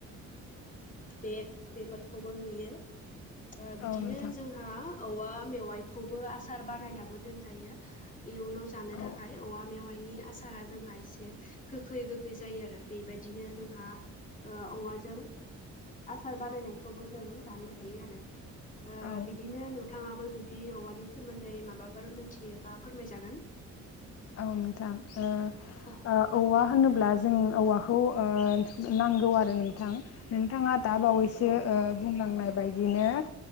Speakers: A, on the left; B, on the left.
A: बेग बेफोरखौबो नुयो ओ बिदिनो
B: औ नोंथां
A: जों हा औवा मेवाइखौबो आसार बानायनाबो दोनजायो इयुनाव जानो
B: औ
A: थाखाय औवा मेवाइनि आसारा जोंहा एसे गोखै -गोखै जायो आरो बेबायदिनो जोंहा ओ औवाजों आसार बानायनायखौबो जों जानो हायो आरो। ओ
B: औ
A: बिदिनो नोंथाङाबो जुदि औवानि सोमोन्दै माबाफोर मोनथियोबा फोरमायजागोन
B: औ नोंथां ओ
A: औ
B: ओ औवा होनोब्ला जों औवाखौ ओ नांगौ आरो नोंथां नोंथाङा
A: नंगौ
B: दा बावैसो ओ बुंलांनाय बायदिनो